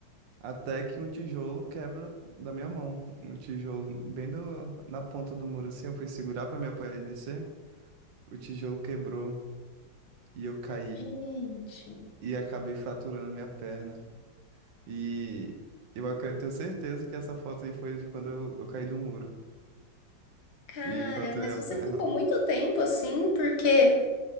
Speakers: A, on the right (about 75°); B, on the left (about 85°).
A: até que um tijolo quebra da minha mão. Um tijolo bem do- na ponta do muro, assim. Eu fui segurar para me apoiar e descer. O tijolo quebrou e eu caí.
B: Gente,
A: E acabei fraturando minha perna. E eu acre- tenho certeza que essa foto aí foi de quando eu, eu caí do muro
B: cara,
A: e fraturei
B: mas
A: a
B: você
A: perna.
B: ficou muito tempo assim, porque